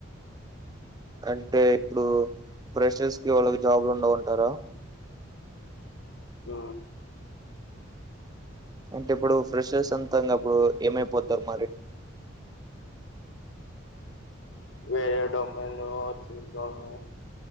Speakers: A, on the right; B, on the left.
A: <inaudible> అంటే ఇప్పుడు ఫ్రెషర్స్ కి వాళ్ళకి జాబ్లు ఉండ వంటారా
B: ఆ
A: అంటే ఇప్పుడు ఫ్రెషెస్ అంతా ఇంగా అప్పుడు ఏమైపోతారు మరి
B: వేరే <unintelligible>